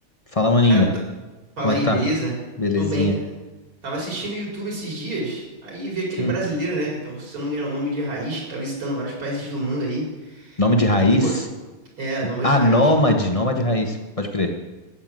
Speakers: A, on the left; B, on the right.
A: Fala, maninho.
B: Cara, t- fala
A: Como é
B: aí,
A: que tá?
B: beleza?
A: Belezinha.
B: Tô bem, cara. Tava assistindo o YouTube esses dias, aí vi aquele
A: Hum,
B: brasileiro, né? que é o- Se eu não me engano, é o nome de Raiz, que tá visitando vários países do mundo aí.
A: nome de raiz?
B: E, pô, é, nome
A: Ah,
B: de Raiz.
A: Nômade. Nômade raiz. Pode crer.